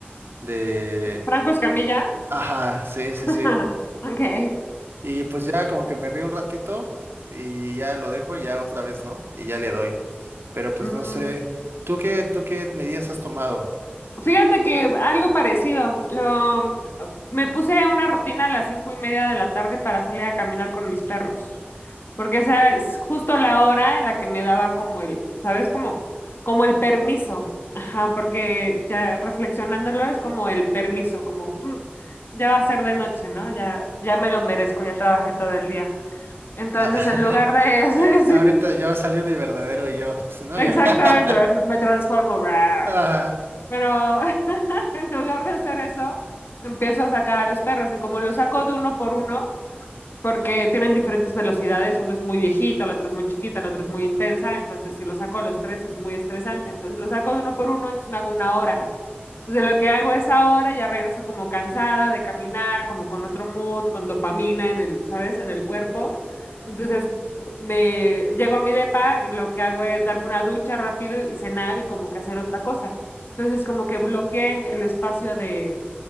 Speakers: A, on the right; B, on the left.
A: de
B: ¿Franco Escamilla?
A: ajá, sí, sí,
B: <laughs>
A: sí.
B: Ok.
A: Y pues ya como que me río un ratito y ya lo dejo y ya otra vez, ¿no? Y ya le doy. Pero pues
B: Mm,
A: no sé, ¿tú qué, tú qué medidas has tomado?
B: Fíjate que algo parecido. Lo, me puse una rutina a las cinco y media de la tarde para salir a caminar con mis perros, porque esa es justo la hora en la que me daba como el, ¿sabes? Como, como el permiso. Ajá, porque ya reflexionándolo es como el permiso, como mm, ya va a ser de noche, ¿no? Ya, ya me lo merezco, ya trabajé todo el día. Entonces,
A: Ah,
B: en lugar de,
A: <laughs>
B: <laughs> sí,
A: ahorita ya va a salir mi verdadero yo, <laughs> pues, ¿no?
B: exactamente,
A: Ya. <laughs>
B: me transformo. <laughs>
A: Ajá.
B: Pero <laughs> en lugar de hacer eso, empiezo a sacar a los perros y como los saco de uno por uno, porque tienen diferentes velocidades, uno es muy viejito, la otra es muy chiquita, la otra es muy intensa, entonces si lo saco a los tres es muy estresante, entonces lo saco de uno por uno, entonces me hago una hora. Entonces lo que hago es ahora, ya regreso como cansada de caminar, como con otro mood, con dopamina en el, ¿sabes? En el cuerpo.
A: Ajá,
B: Entonces me llego a mi depa y lo que hago es darme una ducha rápido y cenar y como que hacer otra cosa. Entonces como que bloqueé el espacio de,